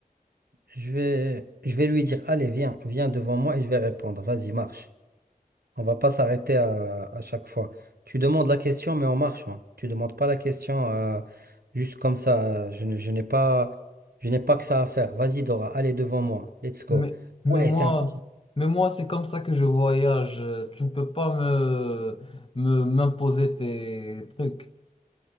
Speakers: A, on the right (about 85°); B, on the left (about 35°).
A: je vais, je vais lui dire, allez, viens, viens devant moi et je vais répondre. Vas-y, marche. On va pas s'arrêter à, à chaque fois. Tu demandes la question, mais en marchant. Tu demandes pas la question euh, juste comme ça. Je, ne- je n'ai pas, je n'ai pas que ça à faire. Vas-y, Dora, allez devant moi. Let's go.
B: Mais, mais
A: Ouais,
B: moi,
A: c'est un paquet.
B: mais moi, c'est comme ça que je voyage. Tu ne peux pas me, me, m'imposer tes trucs.